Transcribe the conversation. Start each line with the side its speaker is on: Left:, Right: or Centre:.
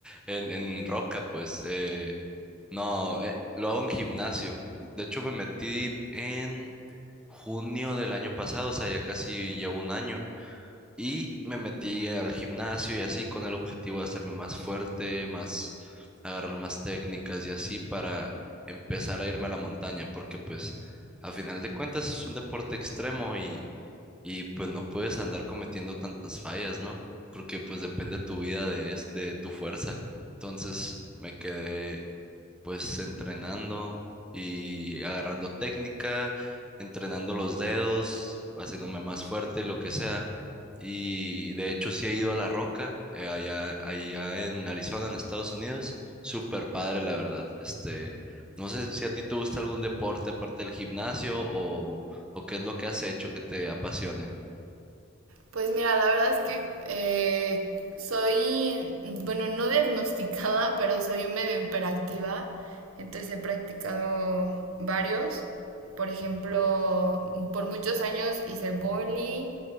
Centre: En, en roca, pues. eh, no, eh, lo hago en gimnasio. De hecho, me metí en junio del año pasado, o sea, ya casi llevo un año. Y me metí al gimnasio y así con el objetivo de hacerme más fuerte, más agarrar más técnicas y así para empezar a irme a la montaña, porque pues a final de cuentas es un deporte extremo y, y pues no puedes andar cometiendo tantas fallas, ¿no? Porque pues depende tu vida de, es- de tu fuerza. Entonces me quedé pues entrenando y agarrando técnica, entrenando los dedos, haciéndome más fuerte, lo que sea. Y de hecho sí he ido a La Roca, eh, allá, allá en Arizona, en Estados Unidos. Súper padre, la verdad. Este, no sé si a ti te gusta algún deporte aparte del gimnasio o, o qué es lo que has hecho que te apasione.
Right: Pues mira, la verdad es que eh, soy, bueno, no diagnosticada, <laughs> pero soy medio hiperactiva. Entonces he practicado varios. Por ejemplo, por muchos años hice boli